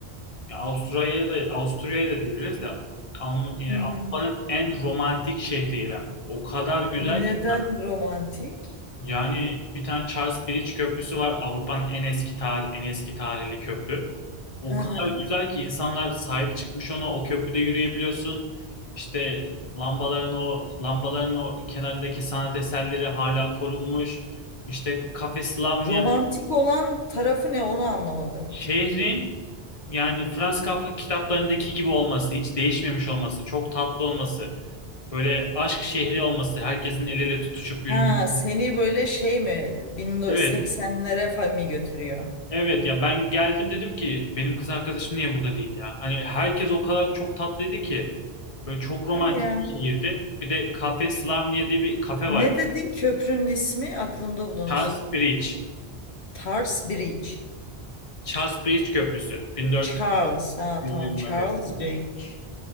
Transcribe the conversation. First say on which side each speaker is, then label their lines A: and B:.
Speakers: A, on the left; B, on the left.
A: ya Avusturya'ya da Avusturya'ya da diyebiliriz de Alm-
B: Hı
A: e, Avrupa'nın
B: hı.
A: en romantik şehri İrem. O kadar güzel
B: Neden
A: ki.
B: romantik?
A: Yani bir tane Charles Bridge Köprüsü var. Avrupa'nın en eski tarih, en eski tarihli köprü. O
B: Hı
A: kadar
B: hı.
A: güzel ki insanlar sahip çıkmış ona. O köprüde yürüyebiliyorsun. İşte lambaların o lambaların o kenarındaki sanat eserleri hala korunmuş. İşte Cafe Slavnia
B: Romantik olan tarafı ne onu anlamadım.
A: şehrin yani Franz Kafka kitaplarındaki gibi olması, hiç değişmemiş olması, çok tatlı olması, böyle aşk şehri olması, herkesin el ele tutuşup
B: Ha
A: yürümesi.
B: seni böyle şey mi 1980'lere
A: Evet,
B: falan mı götürüyor?
A: Evet ya ben geldim dedim ki benim kız arkadaşım niye burada değil ya? Hani herkes o kadar çok tatlıydı ki. Böyle çok
B: Hadi
A: romantik
B: ya.
A: bir şehirdi. Bir de Cafe Slavnia diye bir kafe
B: Ne
A: var.
B: dedin köprünün ismi aklımda bulunsun.
A: Charles Bridge.
B: Tars Bridge.
A: Charles Bridge Köprüsü. 1400
B: Charles. Ha tamam
A: yıllarda
B: Charles
A: yapılmış.
B: Bridge.